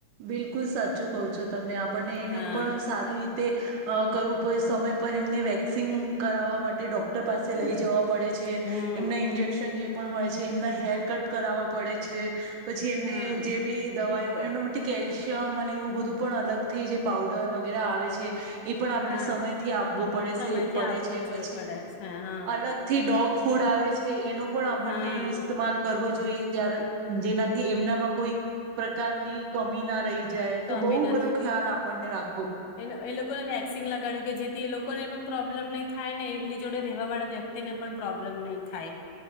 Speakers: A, on the right; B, on the left.
A: બિલકુલ સાચું કહો છો તમે આપણને એને
B: હા
A: પણ સારી રીતે અ કરવું પે સમય પર એમને વેક્સિંગ કરાવવા માટે ડોક્ટર પાસે લઈ જવા પડે છે
B: હમ
A: એમના ઇન્જેક્શન જે પણ હોય છે એમના હેર કટ કરાવવા પડે છે. પછી એમને
B: હા
A: જે બી દવાયો એમના ટી કેલ્શિયમ અને એવું બધું પણ અલગથી જે પાઉડર વગેરે આવે છે. એ પણ આપને
B: હા
A: સમયથી આપવો પડે
B: સમયથી
A: સે પડે
B: આપવો
A: છે
B: જોઈ
A: પછી
B: પડે છે હા
A: અલગ થી ડોગ ફૂડ આવે છે. તે એનો પણ આપણને
B: હા
A: ઇસ્તેમાલ કરવો જોઈએ જ્યારે જેનાથી એમનામાં કોઈ પ્રકારની કમી ના રહી જાય
B: કમી
A: તો બહુ
B: ના
A: બધો ખ્યાલ આપણને રાખ
B: એ લ એ લોકોને વેક્સિન લગાડ્યું કે જેથી એ લોકોને પણ પ્રોબ્ બ્લેમ નહી થાય ને એની જોડે રહેવા વાળા વ્યક્તિને પણ પ્રોબ્લેમ નહીં થાય.